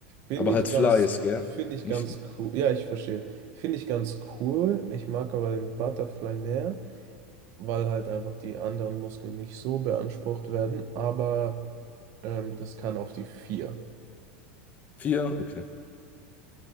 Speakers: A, on the right; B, on the left.
A: finde
B: aber halt
A: ich ganz,
B: Flies, gell?
A: finde ich
B: Nicht,
A: ganz
B: nicht.
A: cool. Ja, ich verstehe. Finde ich ganz cool. Ich mag aber den Butterfly mehr, weil halt einfach die anderen Muskeln nicht so beansprucht werden. Aber Ähm, das kann auf die vier
B: Vier, okay.